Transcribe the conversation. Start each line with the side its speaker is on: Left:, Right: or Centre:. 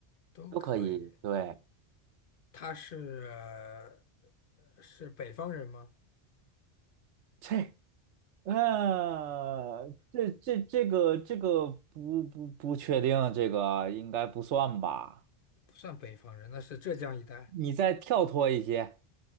Left: 都可以。
Right: 都可以。对，
Left: 他是呃是北方人吗？
Right: 这呃，这这这个这个不不不确定，这个应该不算吧。
Left: 不算北方人，那是浙江一带，
Right: 你再跳脱一些，